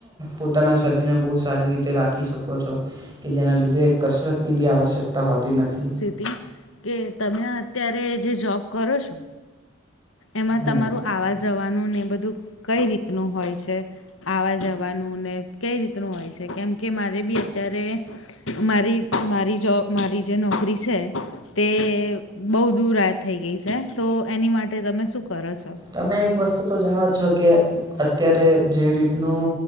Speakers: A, on the right (about 20°); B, on the left (about 75°).
A: પોતાના શરીરને બહુ સારી રીતે રાખી શકો છો. કે જેના લીધે કસરત ની બી આવશ્યકતા હોતી નથી.
B: લે કેવુ તમે અત્યારે જે જોબ કરો છો. એમાં
A: હમ
B: તમારું આવા જવાનું ને એ બધું કઈ રીતનું હોય છે. આવા જવાનું ને કઈ રીતનું હોય છે. કેમ કે મારે બી અત્યારે મારી, મારી જો મારી જે નોકરી છે? તે બહુ દૂર રાત થઈ ગઈ છે તો એની માટે તમે શું કરો છો?
A: તમે એક વસ્તુ તો જાણો છો કે અત્યારે જે રીતનું